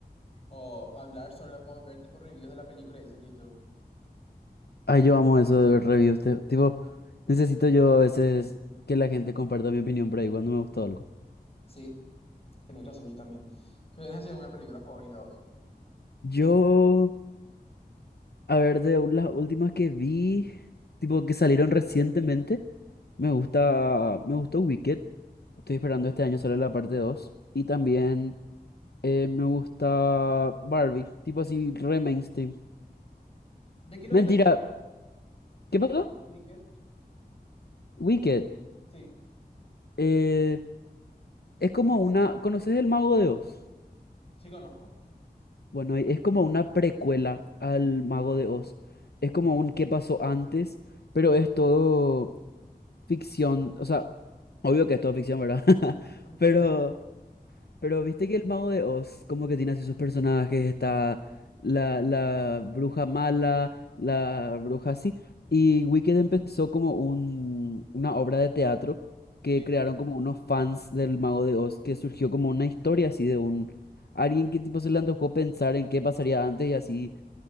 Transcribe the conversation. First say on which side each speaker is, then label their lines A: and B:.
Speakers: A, on the left; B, on the left.
A: O hablar sobre la- o ver tipo reviews de la película y eso en YouTube.
B: Ay, yo amo eso de ver reviews. te- tipo, necesito yo a veces que la gente comparta mi opinión por ahí cuando me gustó algo.
A: Sí, tenés razón, yo también. ¿Tienes así alguna película favorita vos?
B: Yo, a ver, de u- las últimas que vi, tipo, que salieron recientemente, me gusta, me gustó Wicked. Estoy esperando este año solo la parte dos Y también Eh, me gusta Barbie, tipo así, re mainstream.
A: ¿De qué es lo
B: Mentira,
A: que trata? ¿De
B: ¿qué
A: qué
B: pasó?
A: Wicked?
B: Wicked.
A: Sí,
B: Eh, es como una. ¿Conoces el Mago de Oz?
A: sí conozco.
B: Bueno, es como una precuela al Mago de Oz. Es como un qué pasó antes, pero es todo ficción. O sea, obvio que es todo ficción, ¿verdad? <laughs>
A: <laughs>
B: Pero Pero viste que el mago de Oz, como que tiene así sus personajes, está la, la bruja mala, la bruja así. Y Wicked empezó como un, una obra de teatro que
A: Sí.
B: crearon como unos fans del mago de Oz, que surgió como una historia así de un alguien que tipo se le antojó pensar en qué pasaría antes y así